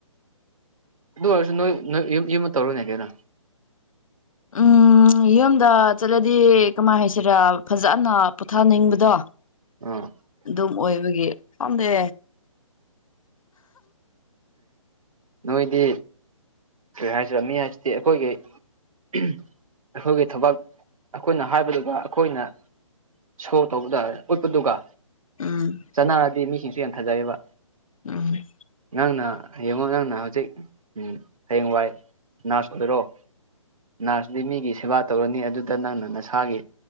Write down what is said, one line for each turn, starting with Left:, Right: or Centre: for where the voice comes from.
Right: ꯑꯗꯨ ꯑꯣꯏꯔꯁꯨ ꯅꯣꯏ ꯅꯣꯏ ꯌꯨꯝ ꯌꯨꯝꯗ ꯇꯧꯔꯣꯅꯦ ꯀꯩꯅꯣ
Left: ꯎꯥꯝ ꯎꯝ ꯌꯨꯝꯗ ꯆꯠꯂꯗꯤ ꯀꯃꯥꯏꯅ ꯍꯥꯏꯁꯤꯔꯥ ꯐꯖꯅ ꯄꯣꯊꯥꯅꯤꯡꯕꯗꯣ
Right: ꯑꯥ
Left: ꯑꯗꯨꯝ ꯑꯣꯏꯕꯒꯤ ꯄꯝꯗꯦ
Right: ꯅꯣꯏꯗꯤ ꯀꯔꯤ ꯍꯥꯏꯁꯤꯔꯤꯕ ꯃꯤ ꯍꯥꯏꯁꯤꯗꯤ ꯑꯩꯈꯣꯏꯒꯤ ꯑꯩꯈꯣꯏꯒꯤ ꯊꯕꯛ ꯑꯩꯈꯣꯏꯅ ꯍꯥꯏꯕꯗꯨꯒ ꯑꯩꯈꯣꯏꯅ ꯁꯣ ꯇꯧꯕ ꯇꯥꯔꯦ ꯎꯠꯄꯗꯨꯒ
Left: ꯎꯝ
Right: ꯆꯠꯅꯔꯗꯤ ꯃꯤꯁꯤꯡꯁꯨ ꯌꯥꯝꯊꯥꯖꯩꯑꯕ
Left: ꯎꯝ
Right: ꯑꯥꯡꯅ ꯌꯦꯌꯦꯡꯉꯣ ꯉꯥꯡꯅ ꯍꯧꯖꯤꯛ ꯍꯌꯦꯡꯋꯥꯏ ꯅꯔꯁ ꯑꯣꯏꯔꯣ ꯅꯔꯁꯗꯤ ꯃꯤꯒꯤ ꯁꯦꯕꯥ ꯇꯧꯔꯅꯤ ꯑꯗꯨꯗ ꯅꯪꯅ ꯅꯁꯥꯒꯤ